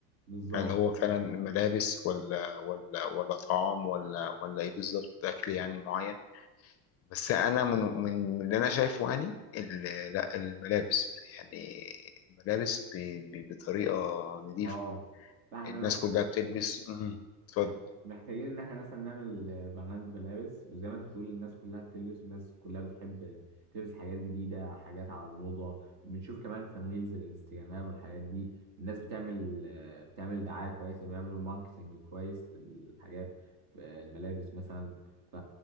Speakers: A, on the right (about 50°); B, on the left (about 35°).
A: بالظبط
B: هل هو فعلا ملابس ولا ولا ولا طعام ولا ولا ايه بالظبط اكل يعني معين بس انا من من من اللي انا شايفه يعني ال- لا الملابس يعني الملابس ب- ب- بطريقه نظيفه
A: اه فاحنا
B: الناس كلها بتلبس مم. اتفضل
A: مح- محتاجين ان احنا مثلا نعمل آه، براند ملابس وزي ما انت بتقول الناس كلها بتلبس والناس كلها بتحب تلبس حاجات جديده حاجات على الموضه بنشوف كمان في الريلز الانستجرام والحاجات دي الناس بتعمل آه، بتعمل دعايه كويسه بيعملوا ماركتنج كويس للحاجات في الملابس مثلا ف-